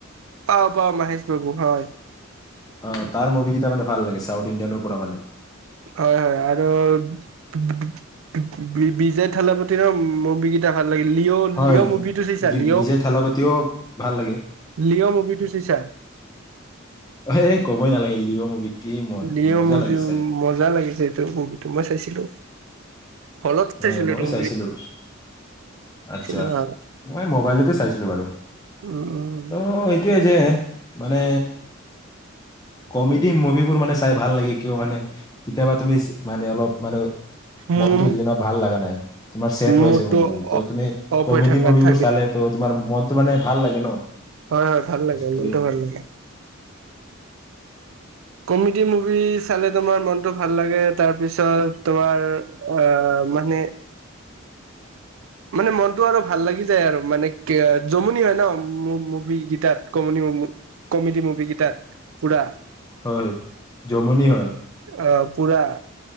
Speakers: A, on the right; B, on the left.
A: পাওঁ পাওঁ মাহেশ বাবু হয়।
B: অ তাৰ মুভি কেইটা মানে ভাল লাগে চাউথ ইণ্ডিয়ানো পৰা মানে।
A: হয় হয় আৰু <unintelligible> বিজয় থালাপতি ন মভিকেইটা ভাল লাগে। লিঅ'
B: হয়
A: লিঅ' মভিটো চাইছা
B: বি-
A: লি'অ?
B: বিজয় থালাপতিও ভাল লাগে।
A: লিঅ' মুভিটো চাইছা?
B: এ ক'বই নালাগিল লিঅ মুভি কি ম
A: লিয়
B: মজা
A: মোৰ
B: লাগিছে
A: যি
B: চাই।
A: মজা লাগিছে এইটো মভিটো মই চাইছিলো। হলত চাইছিলো
B: হয় মই
A: এইটো মুভি
B: চাইছিলো, আচ্ছা
A: চিনেমা হলত।
B: মই মোবাইলতে চাইছিল বাৰু
A: উম
B: ত' এইটোৱে যে মানে কমেডি মুভিবোৰ মানে চাই ভাল লাগে কিয় মানে কেতিয়াবা তুমি মানে অলপ মানে
A: উম।
B: মনটো যিদিনা ভাল লগা নাই তোমাৰ চেড হৈ
A: মোৰটো
B: আছে মনটো ত তুমি
A: অফ
B: কমেডী
A: হৈ থাকা
B: মুভি
A: থাকিলে
B: বোৰ চালে ত তোমাৰ মাৰ মনটো মানে ভাল লাগে ন।
A: হয় হয় ভাল লাগে
B: ত
A: মনটো ভাল লাগে। কমেডি মুভি চালে তোমাৰ মনতো ভাল লাগে তাৰপিছত তোমাৰ অ মানে মানে মনটো আৰু ভাল লাগি যায় আৰু মানে কি জমনি হয় ন মুভি গেইটাত কমনি। কমেডি মুভি কেইটাত পুৰা।
B: হয় যমনি হয়।
A: অঁ পূৰা